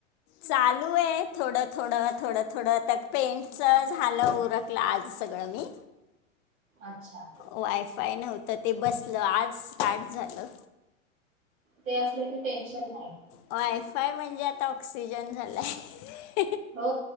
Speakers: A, on the left; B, on the right.
A: चालू आहे थोड थोडं थोड थोडं पेंटच झालं उरकलं आज सगळं मी
B: अच्छा
A: वायफाय नव्हतं ते बसलं आज स्टार्ट झालं
B: ते असलं की टेन्शन नाही.
A: वायफाय म्हणजे आता ऑक्सिजन झालाय
B: हो